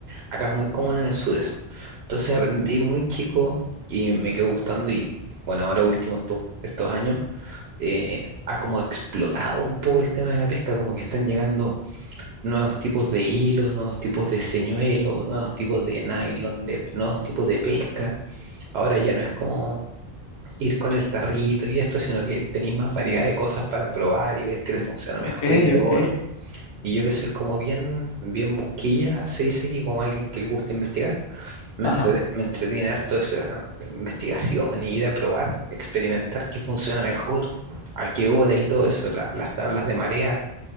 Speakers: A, on the right; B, on the left.
A: Acá es muy común en el sur eso. Entonces aprendí muy chico y me quedó gustando y bueno, ahora últimos estos, estos años eh, ha como explotado un poco el tema de la pesca, como que están llegando nuevos tipos de hilos, nuevos tipos de señuelos, nuevos tipos de nylon, de, nuevos tipos de pesca. Ahora ya no es como ir con el tarrito y esto, sino que tenéis más variedad de cosas para probar y ver qué te funciona
B: ok,
A: mejor y peor.
B: ok,
A: Y yo que soy como bien, bien busquilla, se dice aquí como alguien que le gusta investigar. Me
B: ajá,
A: entretiene, me entretiene harto eso, la investigación, y ir a probar, experimentar qué funciona mejor, a qué horas y todo eso, la- las tablas de marea.